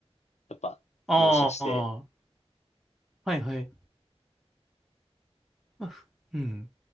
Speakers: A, on the left; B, in the centre.
A: やっぱ納車して。
B: ああ、はいはい。まあふうん。